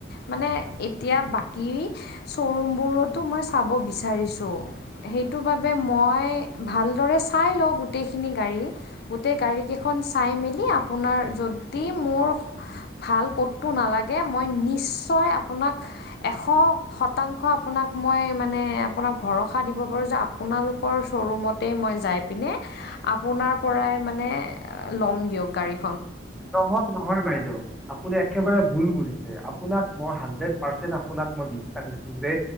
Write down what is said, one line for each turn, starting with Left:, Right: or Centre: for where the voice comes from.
Left: মানে এতিয়া বাকী শ্ব'ৰুমবোৰতো মই চাব বিচাৰিছো সেইটো বাবে মই ভালদৰে চাই লওঁ গোটেইখিনি গাড়ী গোটেই গাড়ীকেইখন চাই মেলি আপোনাৰ যদি মোৰ ভাল কতো নালাগে মই নিশ্চয় আপোনাক এশ শতাংশ আপোনাক মই মানে আপোনাক ভৰসা দিব পাৰোঁ যে আপোনালোকৰ শ্ব'ৰুমতে মই যাই পিনে আপোনাৰ পৰাই মানে ল'ম দিয়ক গাড়ী
Centre: নহয় নহয় বাইদেউ আপুনি একেবাৰে ভুল বুজিছে আপোনাক মই হাড্ৰেড পাৰ্চন্ট আপোনাক মই বিশ্বাস দিছো যে